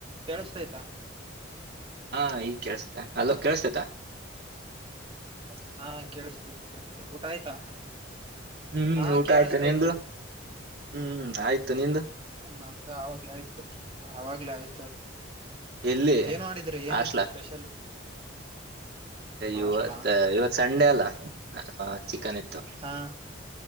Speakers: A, on the right; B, on the right.
A: ಕೇಳಸ್ತೈ್ತಾ
B: ಹಾ ಈಗ್ ಕೇಸತೆ ಅಲೋ ಕೇಳ್ಸತೇತ
A: <inaudible> ಹಾ ಕೇಳಸ್ತದೆ ಕೇಳಸ್ತೇ ಊಟ ಆಯ್ತಾ
B: ಹ್ಮ್
A: ಹಾ
B: ಊಟ
A: ಕೇಳಿಸತೈತೆ
B: ಆಯ್ತು ನಿಂದು ಹ್ಮ್ ಆಯ್ತು ನಿಂದು
A: ನಮ್ದ ಅವಾಗ್ಲೇ ಆಯ್ತು ಅವಾಗ್ಲೇ ಆಯ್ತು
B: ಎಲ್ಲಿ
A: ಏನ್ ಮಾಡಿದ್ರಿ ಏನಿತ್ತು
B: ಹಾಸ್ಟ್ಲ
A: ಸ್ಪೆಷಲ್ ಹಾಸ್ಟ್ಲಾ
B: ಇವತ್ ಇವತ್ ಸಂಡೆ ಅಲ್ಲ ಚಿಕನ್ ಇತ್ತು
A: ಹಾ